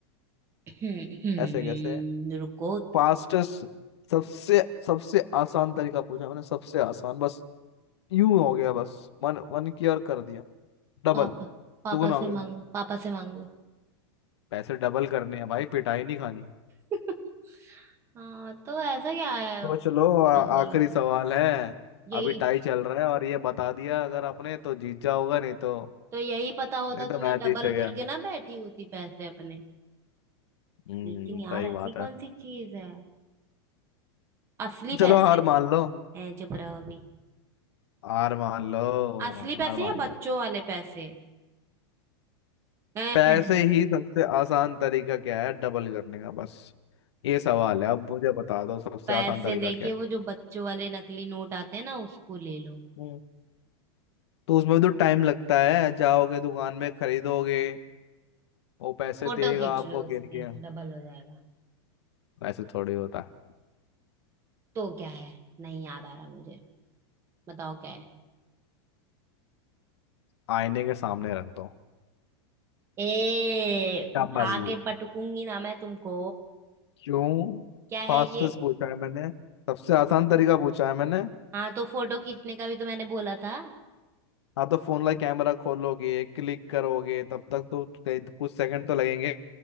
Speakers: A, on the right; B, on the left.
A: हम्म,
B: ऐसे कैसे
A: रुको
B: फास्टेस्ट सबसे सबसे आसान तरीका पूछा मैंने सबसे आसान बस यूं हो गया बस मन मन की और कर दिया डबल
A: पापा पापा
B: दुगना हो
A: से
B: गया
A: मांगो पापा से मांग लो
B: पैसे डबल करने हैं भाई पिटाई नहीं खानी
A: <laughs> हाँ तो ऐसा क्या है
B: सोच
A: डबल
B: लो आ- आखिरी
A: का
B: सवाल है
A: यही
B: अभी टाई चल रहा है और ये बता दिया अगर आपने तो जीत जाओगा नहीं तो
A: तो यही पता होता
B: नहीं तो
A: तो मैं
B: मैं
A: डबल
B: जीत गया
A: करके ना बैठी होती पैसे अपने
B: हम्म
A: लेकिन यार
B: सही
A: ऐसी
B: बात
A: कौन
B: है
A: सी चीज है असली
B: चलो
A: पैसे
B: हार मान लो
A: हैं चुप रहो अभी
B: आर मान लो
A: असली पैसे
B: आर मान
A: या बच्चों
B: लो
A: वाले पैसे <laughs>
B: पैसे
A: पै,
B: ही सबसे आसान तरीका क्या है डबल करने का बस ये सवाल है अब मुझे बता दो सबसे
A: पैसे
B: आसान तरीका
A: देखिए
B: क्या है
A: वो जो बच्चों वाले नकली नोट आते हैं ना उसको ले लो
B: हम्म तो उसमें भी तो टाइम लगता है जाओगे दुकान में खरीदोगे वो पैसे
A: फोटो
B: देगा
A: खींच
B: आपको
A: लो
B: गिन
A: उसकी
B: के
A: डबल हो जाएगा
B: वैसे थोड़ी होता है
A: तो क्या है नहीं याद आ रहा मुझे बताओ क्या
B: आईने के सामने रख दो
A: ए
B: डबल
A: उठा के पटकूंगी ना मैं तुमको
B: क्यों
A: क्या है
B: फास्टेस्ट
A: ये
B: पूछा है मैंने सबसे आसान तरीका पूछा है मैंने
A: हाँ तो फोटो खींचने का भी तो मैंने बोला था
B: हाँ तो फोन का कैमरा खोलोगे क्लिक करोगे तब तक तो कई- कुछ सेकंड तो लगेंगे